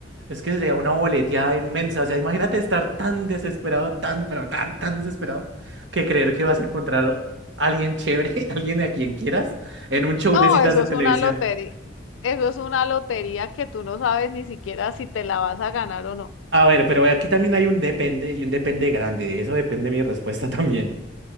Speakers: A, on the right; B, on the left.
A: es que sería una boleteada inmensa, o sea, imagínate estar tan desesperado, tan, pero tan, tan desesperado, que creer que vas a encontrar a alguien chévere, <laughs> alguien a quien quieras, en un show
B: No,
A: de citas
B: eso
A: en
B: es
A: televisión.
B: una lotería. Eso es una lotería que tú no sabes ni siquiera si te la vas a ganar o no.
A: A ver, pero aquí también hay un depende y un depende grande, de eso depende mi respuesta <laughs> también.